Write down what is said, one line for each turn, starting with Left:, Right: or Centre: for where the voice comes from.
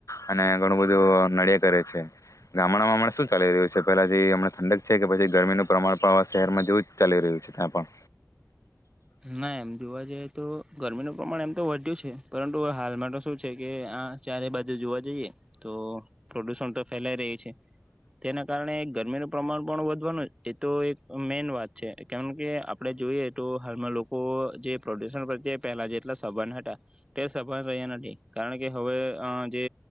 Left: અને ઘણું બધું નડિયા કરે છે ગામડામાંમ શું ચાલી રહ્યું છે પેલા જે હમણા ઠંડક છે કે પછી ગરમીનું પ્રમાણ પણ શહેરમાં જેવું જ ચાલી રહ્યું છે ત્યાં પણ
Right: ના એમ જોવા જઈએ તો ગરમીનું પ્રમાણ એમ તો વધ્યું છે પરંતુ હાલમાં તો શું છે કે આ ચારે બાજુ જોવા જઈએ તો પ્રદુષણ તો ફેલાઈ રહ્યું છે તેના કારણે ગરમીનું પ્રમાણ પણ વધવાનું એ તો એક મેન વાત છે કેમકે આપણે જોઈએ તો જે પ્રો્યુન પ્રત્યે પહેલા જેટલા સભંધ હતા તે સભન રહ્યા નથી કારણ કે હવે જે